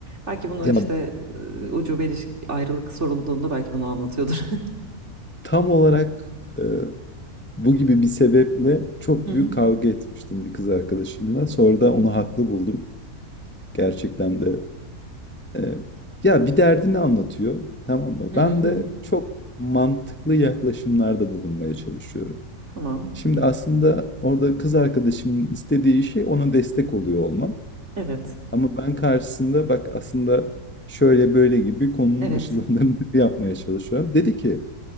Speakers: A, on the right; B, on the left.
A: Belki bunu
B: Ya
A: işte eee, ucube ilişki, ayrılık sorulduğunda belki bunu anlatıyordur. <laughs>
B: tam olarak e, bu gibi bir sebeple çok
A: Hı hı.
B: büyük kavga etmiştim bir kız arkadaşımla. Sonra da
A: Hı hı.
B: onu haklı buldum. Gerçekten de e, ya bir derdini anlatıyor tamam mı?
A: Hı
B: Ben
A: hı.
B: de
A: hı.
B: çok mantıklı yaklaşımlarda bulunmaya çalışıyorum.
A: Tamam.
B: Şimdi aslında orada kız arkadaşımın istediği şey ona destek oluyor olmam.
A: Evet.
B: Ama ben karşısında bak aslında şöyle böyle gibi konunun
A: Evet.
B: açılımlarını <laughs> yapmaya çalışıyorum. Dedi ki